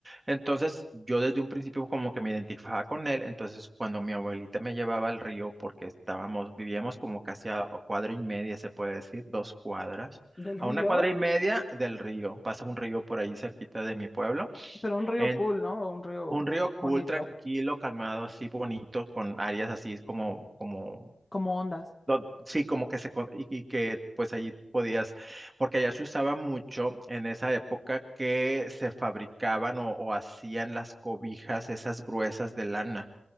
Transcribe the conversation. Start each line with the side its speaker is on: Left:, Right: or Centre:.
Right: Entonces, yo desde un principio como que me identificaba con él, entonces cuando mi abuelita me llevaba al río porque estábamos, vivíamos como casi a a cuadra y media, se puede decir, dos cuadras.
Left: Del
Right: A
Left: río,
Right: una cuadra y media del río, pasa un río por ahí cerquita de mi pueblo.
Left: pero un río
Right: En,
Left: cool, ¿no? Un río
Right: un río cool,
Left: bonito,
Right: tranquilo, calmado, así bonito, con áreas así como, como,
Left: como ondas.
Right: don- sí, como que se, co- y, y que pues allí podías, porque allá se usaba mucho en esa época que se fabricaban o, o hacían las cobijas esas gruesas de lana